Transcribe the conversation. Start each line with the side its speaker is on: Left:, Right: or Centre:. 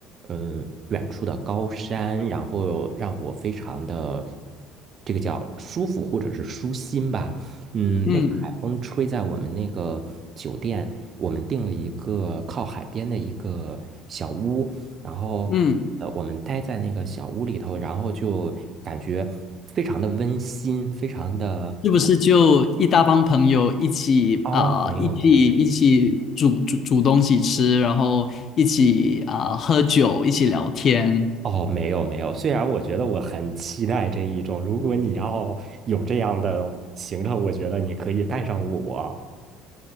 Right: 嗯远处的高山，然后让我非常的这个叫舒服或者是舒心吧。嗯，
Left: 嗯
Right: 那个海风吹在我们那个酒店，我们订了一个靠海边的一个小屋，然后呃，
Left: 嗯。
Right: 我们待在那个小屋里头，然后就感觉非常的温馨，非常的
Left: 是不是就一大帮朋友一起啊、
Right: 哦，没有没有，
Left: 一起一起煮煮煮东西吃，然后一起啊、喝酒，一起聊天？
Right: 哦，没有没有。虽然我觉得我很期待这一种，如果你要有这样的行程，我觉得你可以带上我。